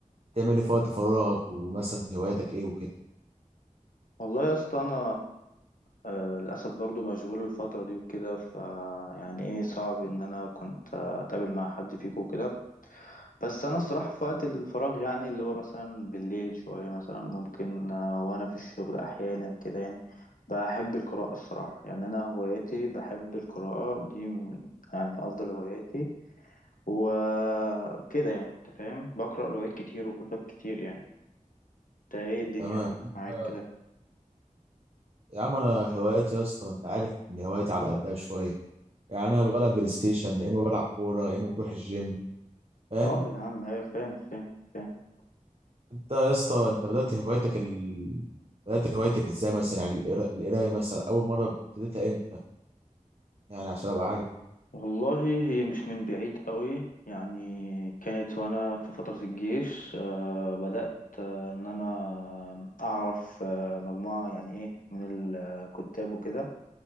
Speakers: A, on the right (about 45°); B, on the left (about 80°).
A: بتعمل ايه في وقت فراغك ومثلا هواياتك ايه وكده
B: والله يا اسطى انا آه، للاسف برضو مشغول الفتره دي وكده ف يعني ايه صعب ان انا كنت اتقابل مع حد فيكم وكده بس انا الصراحه في وقت الفراغ يعني اللي هو مثلا بالليل شويه مثلا ممكن آه، وانا في الشغل احيانا كده يعني بحب القراءه الصراحه يعني انا هواياتي بحب القراءه دي من يعني من افضل هواياتي وكده يعني انت فاهم بقرا روايات كتير وكتب كتير يعني انت ايه الدنيا
A: تمام
B: معاك
A: آه،
B: كده
A: يا عم انا هواياتي يا اسطى ما انت عارف ان هواياتي على قدها شويه يعني انا بلعب بلاي ستيشن يا اما بلعب كوره يا اما بروح الجيم فاهم
B: اه يا عم ايوه فاهم فاهم فاهم
A: انت يا اسطى انت بدأت هوايتك ال... بدأت هوايتك ازاي مثلا يعني القرا- القرايه مثلا اول مره ابتديتها امتى يعني عشان ابقى عارف
B: والله هي مش من بعيد قوي يعني كانت وانا في فترة الجيش آه بدأت آه ان انا اعرف آه مجموعة يعني ايه من الكتاب وكده